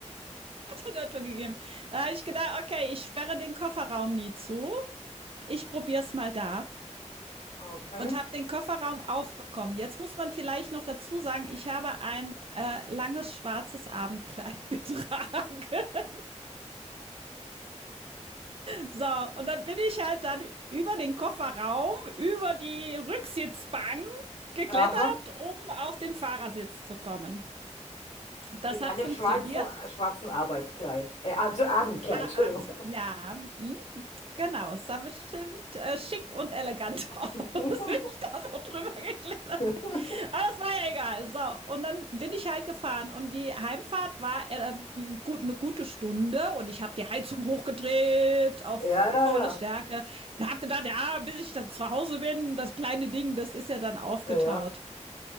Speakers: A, on the right; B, on the left.
A: die Natur gegeben. Da habe ich gedacht, okay, ich sperre den Kofferraum nie zu. Ich probiere es mal da
B: Okay.
A: und habe den Kofferraum aufbekommen. Jetzt muss man vielleicht noch dazu sagen, ich habe ein äh, langes schwarzes Abendkleid getragen. <laughs> So, und dann bin ich halt dann über den Kofferraum, über die Rücksitzbank geklettert,
B: Aha,
A: um auf den Fahrersitz zu kommen. Das
B: In deinem
A: hat funktioniert.
B: schwarzen, schwarzen Arbeitskleid. Äh, Ab- Abendkleid,
A: Ah,
B: Entschuldigung.
A: abends, ja, mhm, genau. Es sah bestimmt äh, schick und elegant <laughs> aus,
B: <laughs>
A: wenn ich da so drüber geklettert
B: Ja,
A: bin. Aber das war ja egal. So, und dann bin ich halt gefahren und die Heimfahrt war äh, ähm, gut, eine gute Stunde und ich habe die Heizung hochgedreht auf
B: ja, ja,
A: volle Stärke und habe gedacht, ja, bis ich dann zu Hause bin, das kleine Ding, das ist ja dann aufgetaut.
B: ja. ja.